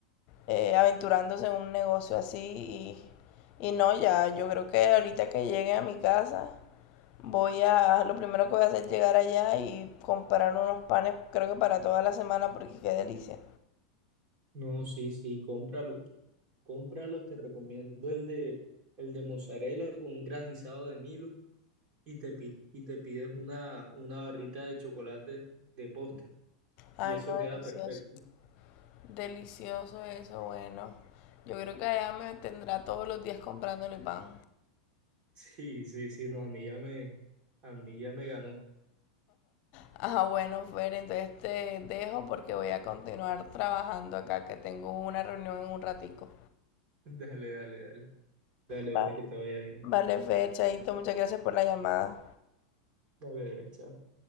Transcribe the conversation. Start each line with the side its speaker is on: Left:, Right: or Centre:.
Left: eh, aventurándose en un negocio así y, y no, ya yo creo que ahorita que llegue a mi casa voy a, lo primero que voy a hacer es llegar allá y comprar unos panes creo que para toda la semana porque qué delicia.
Right: No, sí, sí, cómpralo. Cómpralos, te recomiendo el de, el de mozzarella con un granizado de Milo y te, pi- y te pides una, una barrita de chocolate de postre
Left: Ay,
Right: y eso
Left: no,
Right: queda
Left: delicioso.
Right: perfecto.
Left: Delicioso eso, bueno. Yo creo que allá me tendrá todos los días comprándole pan.
Right: Sí, sí, sí, no, a mí ya me, a mí ya me ganó. <laughs>
Left: Ajá, bueno, Fer, entonces te dejo porque voy a continuar trabajando acá, que tengo una reunión en un ratico.
Right: Dale, dale, dale. Dale,
Left: Vale.
Right: dale, que te vaya bien.
Left: Vale, Fer, Chaito, muchas gracias por la llamada.
Right: Dale, dale, chao.